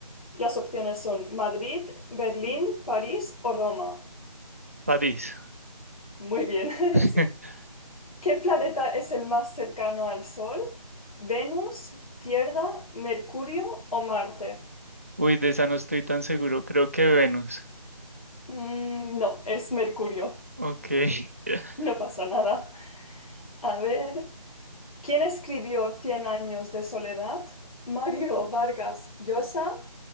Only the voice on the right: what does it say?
París.
<laughs>
Uy, de esa no estoy tan seguro. Creo que Venus.
Ok. <laughs>